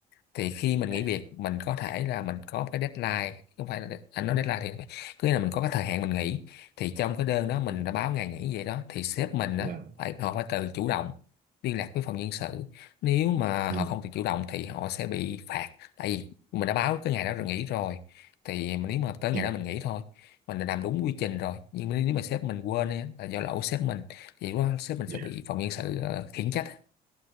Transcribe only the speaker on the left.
thì khi mình
nghỉ việc mình có thể là mình có cái deadline không phải là de- anh nói deadline thì cứ là mình có cái thời hạn mình nghỉ thì trong cái đơn đó mình
đã báo ngày nghỉ vậy đó thì sếp mình
đó phải họ phải tự chủ động liên lạc với phòng nhân sự nếu mà
họ không tự chủ động thì họ sẽ bị phạt tại vì mình đã báo cái ngày đó rồi nghỉ rồi thì mà nếu mà tới
ngày đó mình nghỉ thôi mình đã làm đúng quy trình rồi nhưng mà nếu mà sếp mình quên ấy, là do lỗi của sếp mình thì lúc đó sếp mình
sẽ bị phòng nhân sự ờ, khiển trách